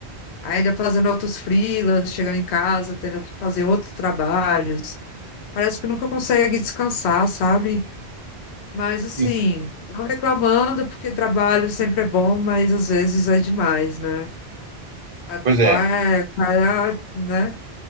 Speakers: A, on the left; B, on the right.
A: ainda fazendo outros freelas, chegando em casa, tendo que fazer outros trabalhos. Parece que nunca consegue descansar, sabe? Mas assim,
B: Sim.
A: não reclamando, porque trabalho sempre é bom, mas às vezes é demais, né? A-
B: Pois é,
A: Qual é, qual é, a- né?